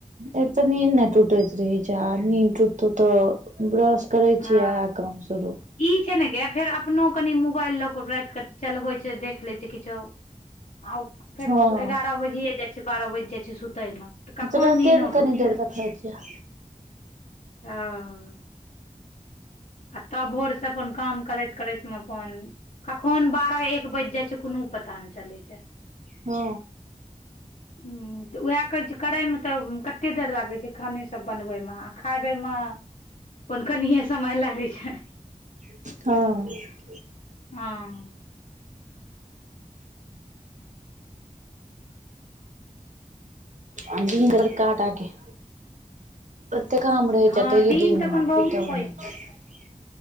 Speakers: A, on the right; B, on the left.
A: एक तऽ नीन्द नहि टुटैत रहै छै आदमी उठता तऽ ब्रश करै
B: हँ
A: छियै आ काम शुरू
B: ई छै ने गे फेर अपनो कनि मोबाइल लऽ क राति कऽ चलबै छै देख लए छै किछो आ फेर
A: हँ
B: एगारह बजिये जाइ छै बारह बाजि जाइ छै सुतयमे। तऽ
A: हम
B: कखन
A: त रायते
B: नीनो
A: क कनी
B: टूटतै
A: देर देखै छियै।
B: हँ। आ तब भोरसँ अपन काम करैत करैत मे अपन कखन बारह एक बाजि जाइ छै कोनो पता नहि चलै छै।
A: हँ।
B: ह तऽ ओएह कहैत छियौ करैमे तऽ कते देर लागै छै खाने सब बनबै मे आ खाइ बेरमे हुनका अनाहिये समय लागैत छै।
A: हँ।
B: हां।
A: आ दिन त बरका टा के। अते काम रहे
B: हँ
A: छै तइयो
B: दिन
A: दीन
B: तखन बहुत
A: बीतऽ वाला
B: पैघ
A: नय।
B: करै छै